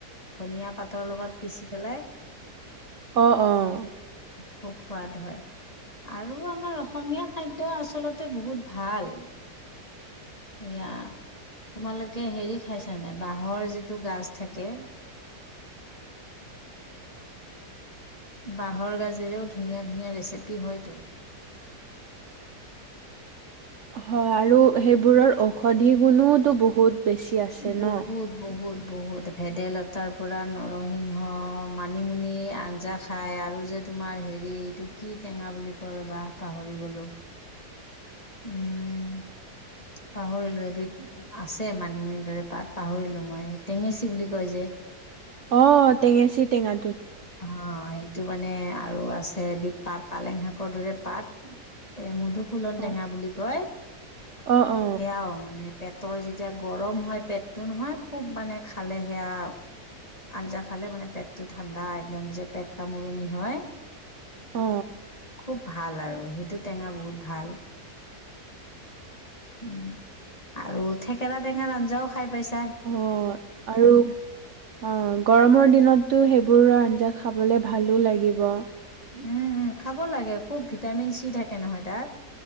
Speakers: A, on the left (about 25°); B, on the right (about 60°).
A: ধুনিয়া পাতৰ লগত পিচি পেলাই,
B: অ'-অ'।
A: খুব সোৱাদ হয় আৰু আমাৰ অসমীয়া খাদ্য আচলতে বহুত ভাল। এয়া তোমালোকে হেৰি খাইছানে বাঁহৰ যিটো গাজ থাকে। বাঁহৰ গাজেৰেও ধুনীয়া ধুনীয়া ৰেচিপি হয়তো।
B: হয় আৰু সেইবোৰৰ অ'। ঔষধি গুণো ওতো বহুত বেছি আছে
A: বহুত
B: ন।
A: বহুত বহুত ভেদাইলতাৰ পৰা নৰসিংহ, মানিমুনি আঞ্জা খাই আৰু যে তোমাৰ হেৰি এইটো কি টেঙা বুলি কয় ৰবা পাহৰি গলো। উম। পাহৰিলো এবিধ আছে মানিমুনি দৰে পাত পাহৰিলো মই টেঙেচি বুলি কয় যে।
B: অ' টেঙেচি টেঙা।
A: অ' এই। টো মানে আৰু আছে এবিধ পাত, পালেং শাকৰ দৰে পাত এ মোৰটো। ফুলন
B: অ
A: টেঙা বুলি কয়।
B: অ অ
A: সেয়াও মানে পেট। তৰ যেতিয়া গৰম হয় পেটতটো নহয়, খুব মানে খালে সেয়া, আঞ্জা খালে মানে পেটটো ঠাণ্ডা একদম যে পেট কামোৰণি হয়।
B: অ
A: খুব। ভাল আৰু সেইটো টেঙা বহুত ভাল। উম আৰু থেকেৰা টেঙাৰ আঞ্জাও খাই পাইছে
B: অ' আৰু অ' গৰমৰ দিনতো সে। ঘৰুৱা আঞ্জা - খাবলৈ ভালো লাগিব।
A: উম উ খাব লাগে খুব ভিটামিন চি থাকে নহয় তাত।